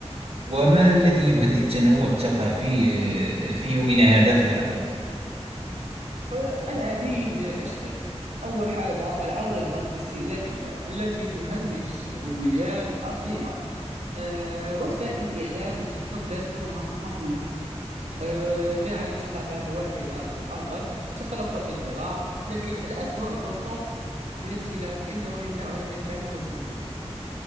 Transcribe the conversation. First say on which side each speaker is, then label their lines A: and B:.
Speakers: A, on the right; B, on the right.
A: وما الذي يهدد التنوع الثقافي آه، في يومنا هذا في رأيك
B: أه، العديد من الأشياء أول حاجة العولمة الاستهلاكية التي تهمش الهويات الأصيلة أه، وسائل الإعلام التي تصدر صورة نمطية آه، من عن الثقافات الواحدة الأفضل تتطلب الانغلاق لكن الأسوأ هو الخوف من الاختلاف لأنه يمنعنا من التعلم والنمو